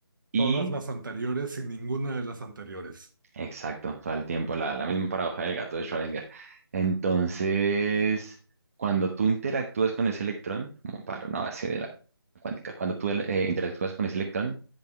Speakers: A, on the right (about 35°); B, on the right (about 50°).
A: Y
B: Todas las anteriores y ninguna de las anteriores.
A: Exacto, todo el tiempo, la, la misma paradoja del gato de Schrödinger. Entonces, cuando tú interactúas con ese electrón, como para una base de la cuántica, cuando tú eh, interactúas con ese electrón,